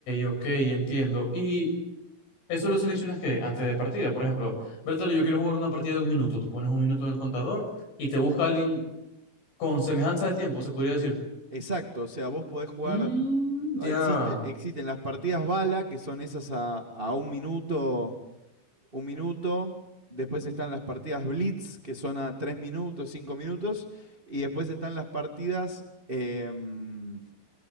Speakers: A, on the left; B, on the right.
A: ok, entiendo. Y eso lo seleccionas que antes de partida, por ejemplo, Bertale, yo quiero jugar una partida de un minuto, tú pones un minuto en el contador y te busca alguien con semejanza de tiempo, se podría decir.
B: Exacto, o sea, vos podés jugar,
A: Mm, ya.
B: existe, existen las partidas bala, que son esas a, a un minuto, un minuto. Después están las partidas blitz, que son a tres minutos, cinco minutos. Y después están las partidas... em,